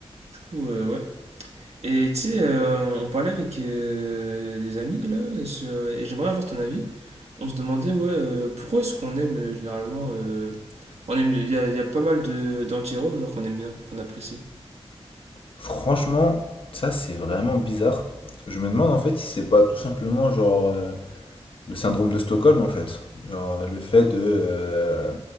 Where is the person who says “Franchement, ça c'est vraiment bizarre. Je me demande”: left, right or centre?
Left